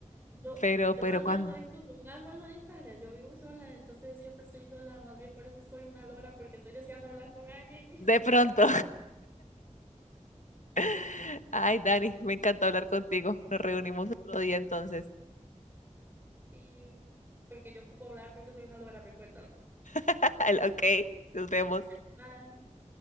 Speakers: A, on the right; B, on the left.
A: Yo,
B: Pero,
A: yo
B: pero
A: más
B: cuando,
A: bien soy como un alma solitaria, yo vivo sola, entonces siempre estoy sola, más bien por eso soy una lora, porque estoy deseando hablar con alguien <laughs>
B: de pronto. <laughs> Ay, Dani, me encantó hablar contigo. Nos reunimos otro día entonces.
A: sí porque yo ocupo hablar porque soy una lora, recuérdalo.
B: <laughs> Ok, nos vemos.
A: Bye.